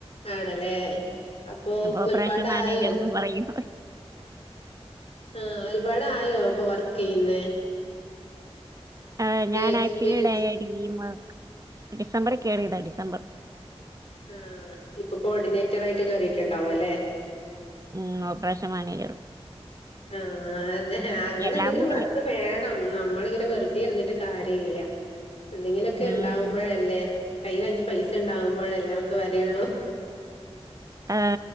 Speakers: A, on the left (about 70°); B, on the right (about 30°).
A: ആണല്ലേ. അപ്പൊ
B: ഓപ്പറേഷൻ
A: ഒരുപാടായോ?
B: മാനേജർന്നും പറയും.
A: ആഹ് ഒരുപാടായോ ഇപ്പ വർക്ക് ചെയ്യുന്നേ?
B: ആ ഞാൻ
A: എക്സ്പീരിയൻസ്
B: ആക്ച്വലിടെ ഡി എം ഡിസംബറിൽ കേറിതാ ഡിസംബർ.
A: ആഹ് ഇപ്പ കോഡിനേറ്ററായിട്ട് കേറിട്ടുണ്ടാവും അല്ലേ?
B: ഉം ഓപ്പറേഷവൺയിയറ്.
A: ആ അതെ അങ്ങനെന്തെങ്കിലും
B: എല്ലാം കൂടിയാ
A: വർക്ക് വേണം. ഉം നമ്മളിങ്ങനെ വെറുതെയിരുന്നിട്ട് കാര്യയില്ല. എന്തെങ്കിലുമൊക്കെ
B: ഉം.
A: ഉണ്ടാവും. പ്പഴല്ലേ. കയിൽ അഞ്ച് പൈസ ഉണ്ടാവുമ്പോഴല്ലേ നമ്മെക്ക് വെലയൊള്ളൂ.
B: ആ